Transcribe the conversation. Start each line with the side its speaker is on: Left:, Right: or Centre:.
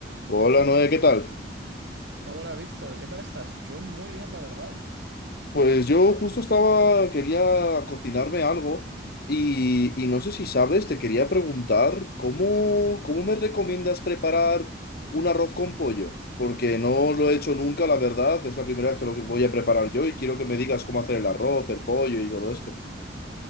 Left: Hola Noé, ¿qué tal?
Right: Hola Víctor, ¿qué tal estás? Yo muy bien, la verdad.
Left: Pues yo justo estaba, quería cocinarme algo y, y no sé si sabes, te quería preguntar cómo, cómo me recomiendas preparar un arroz con pollo, porque no lo he hecho nunca, la verdad, es la primera vez que lo voy a preparar yo y quiero que me digas cómo hacer el arroz, el pollo y todo esto.